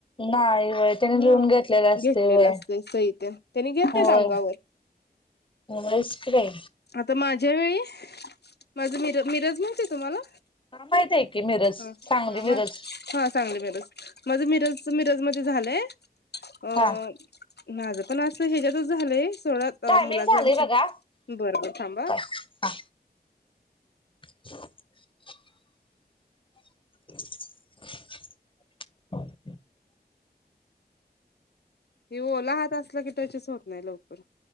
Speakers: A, on the left; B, on the left.
A: नाही व्हय त्याने
B: हा
A: लिहून घेतलेलं असतय
B: घेतलेलं
A: व्हय
B: असत सहि त्यानी घेत
A: होय
B: रांगावर
A: व्हयच की बाई
B: आता माझ्या वेळी माझ मिरज माहिती तुम्हाला
A: हा माहित आहे की मिरज
B: हा
A: सांगली
B: हा
A: मिरज
B: हा सांगली मिरज माझं मिरज मिरज मध्ये झालंय अ
A: हा
B: माझं पण अस ह्याच्यातच झालंय थोडते त
A: टायमिंग
B: अ मुलाच
A: झालंय
B: आमच्या
A: बघा
B: बरं बरं थांबा.
A: काय हा <unintelligible> <inaudible>
B: हे ओला हात असला की त्याचेच होत नाही लवकर.